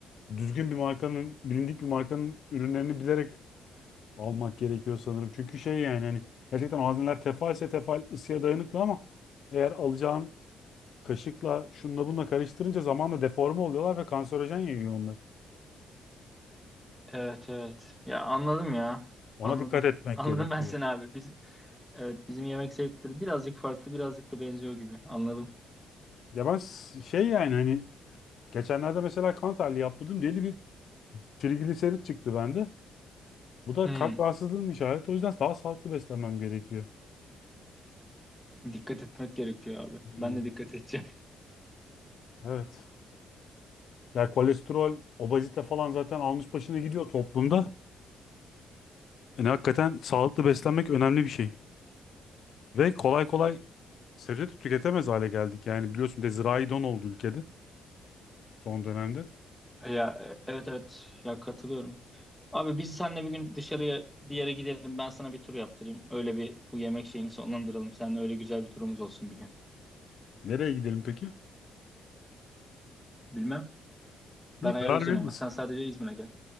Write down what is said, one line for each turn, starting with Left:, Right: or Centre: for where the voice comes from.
Left: Düzgün bir markanın, bilindik bir markanın ürünlerini bilerek almak gerekiyor sanırım. Çünkü şey yani hani gerçekten malzemeler tefalse tefal ısıya dayanıklı ama eğer alacağın kaşıkla şunla bunla karıştırınca zamanla deforme oluyorlar ve kanserojen yayıyor onlar.
Centre: Evet evet. Ya anladım ya.
Left: Ona
Centre: Anladım.
Left: dikkat etmek
Centre: <laughs> Anladım
Left: gerekiyor.
Centre: ben seni abi. Biz, evet bizim yemek zevkleri birazcık farklı, birazcık da benziyor gibi. Anladım.
Left: Ya ben s- şey yani hani geçenlerde mesela kan tahlili yaptırdım. Deli bir trigliserit çıktı bende. Bu da
Centre: Hmm.
Left: kalp rahatsızlığının işareti. O yüzden daha sağlıklı beslenmem gerekiyor.
Centre: Dikkat etmek gerekiyor abi.
Left: Hmm,
Centre: Ben de dikkat edeceğim. <laughs>
Left: Evet. Ya kolesterol, obezite falan zaten almış başını gidiyor toplumda. Yani hakikaten sağlıklı beslenmek önemli bir şey. Ve kolay kolay sebze de tüketemez hale geldik. Yani biliyorsun bir de zirai don oldu ülkede son dönemde.
Centre: Ya e, evet evet. Ya katılıyorum. Abi biz seninle bir gün dışarıya bir yere gidelim. Ben sana bir tur yaptırayım. Öyle bir bu yemek şeyini sonlandıralım. Seninle öyle güzel bir turumuz olsun bir gün.
Left: Nereye gidelim peki?
Centre: Bilmem. Ben
Left: İyi
Centre: ayarlayacağım
Left: karar veririz.
Centre: ama sen sadece İzmir'e gel.